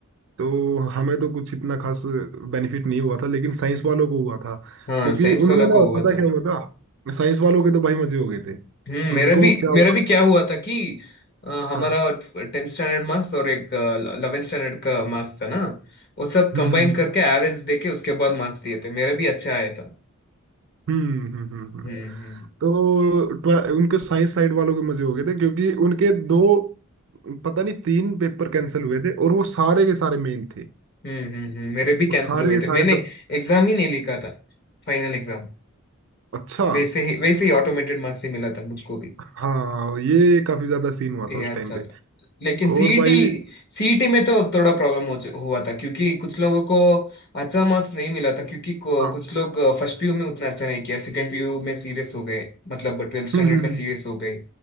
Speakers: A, on the right; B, on the left.
A: तो हमें तो कुछ इतना खास बेनिफिट नहीं हुआ था लेकिन साइंस वालों को हुआ था
B: हाँ
A: क्योंकि
B: साइंस
A: उनमें
B: वाला
A: ना
B: को हुआ
A: पता
B: था
A: क्या हुआ था साइंस वालों के तो भाई मजे हो गए थे
B: हम्म
A: उनको
B: मेरा भी
A: क्या हुआ
B: मेरा भी क्या हुआ था कि अ, हमारा
A: हाँ
B: टेंथ स्टैंडर्ड मार्क्स और एक इलेवेंथ स्टैंडर्ड का मार्क्स था ना वो सब
A: हम्म
B: कंबाइन
A: हम्म
B: करके एवरेज देके उसके बाद मार्क्स दिए थे मेरे भी अच्छा आया था
A: हम्म हम्म हम्म, हम्म। हम्म।
B: हम्म हम्म
A: तो ट्वे- उनके साइंस साइड वालों के मजे हो गए थे क्योंकि उनके दो पता नहीं तीन पेपर कैंसिल हुए थे और वो सारे के सारे मेन थे
B: हम्म हम्म हम्म, मेरे भी कैंसिल
A: वो सारे
B: हुए
A: के
B: थे
A: सारे
B: मैंने
A: सब
B: एग्जाम ही नहीं लिखा था फाइनल एग्जाम
A: अच्छा
B: वैसे ही वैसे ही ऑटोमेटेड मार्क्स ही मिला था मुझको भी
A: हाँ ये काफी ज्यादा सीन हुआ
B: ये
A: था उस
B: अच्छा
A: टाइम पे
B: था लेकिन सीईटी
A: और भाई
B: सीईटी में तो थोड़ा प्रॉब्लम हो हुआ था क्योंकि कुछ लोगों को अच्छा मार्क्स नहीं मिला था क्योंकि को-
A: हाँ
B: कुछ लोग फर्स्ट पीयू में उतना अच्छा नहीं किया सेकंड पीयू में सीरियस हो गए मतलब ट्वेल्थ स्टैंडर्ड
A: हम्म हम्म
B: में
A: हम्म
B: सीरियस हो गए